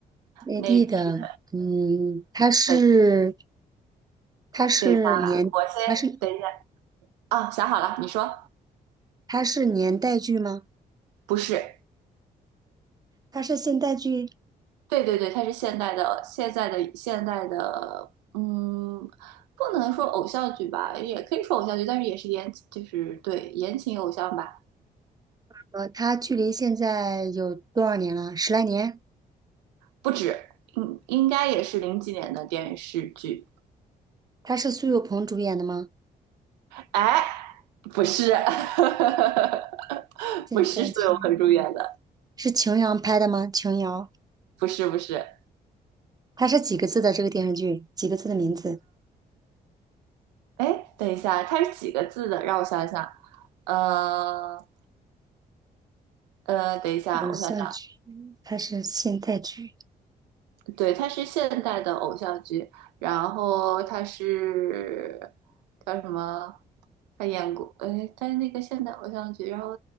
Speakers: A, on the right; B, on the right.
A: 内地的，
B: 内地的。
A: 嗯，它是
B: 对，
A: 它是年它是
B: 等一下，我先等一下啊，想好了，你说
A: 它是年代剧吗？
B: 不是？
A: 它是现代剧，
B: 对对对，它是现代的，现在的现代的，嗯，不能说偶像剧吧，也可以说偶像剧，但是也是言，就是对言情偶像吧。
A: 呃，它距离现在有多少年了？十来年？
B: 不止，应应该也是零几年的电视剧。
A: 它是苏有朋主演的吗？
B: 哎，不是，<laughs>
A: 现代剧
B: 不是苏有朋主演的，
A: 是琼瑶拍的吗？琼瑶，
B: 不是不是。
A: 它是几个字的这个电视剧？几个字的名字？
B: 哎，等一下，它是几个字的？让我想想。呃呃，等一下，
A: 偶像剧，
B: 我想想。
A: 它是现代剧。
B: 对，它是现代的偶像剧，然后它是叫什么？他演过，哎，他是那个现代偶像剧，然后